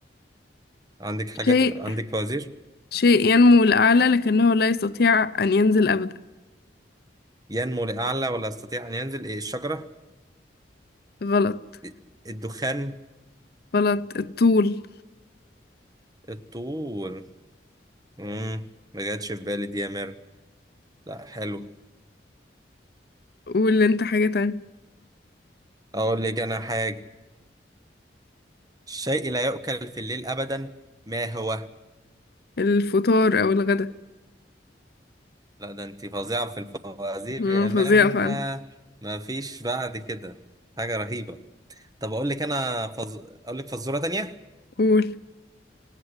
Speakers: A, on the right; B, on the left.
A: عندك حاجة
B: شيء
A: عندك فوازير
B: شيء ينمو لأعلى لكنه لا يستطيع أن ينزل أبدا
A: ينمو لأعلى ولا يستطيع أن ينزل إيه الشجرة
B: غلط
A: إيه؟ الدخان
B: غلط الطول
A: الطول مم. ما جاتش في بالي دي يا مير لا حلو
B: قول أنت حاجة تانية
A: أقول لك أنا حاجة الشيء لا يؤكل في الليل أبدا ما هو
B: الفطار أو الغدا
A: لا ده أنت فظيعة في الفوازير
B: مم،
A: يا
B: فظيعة
A: ميرنا
B: فعلا
A: ما فيش بعد كده حاجة رهيبة طب اقول لك انا فز... اقول لك فزوره تانية
B: قول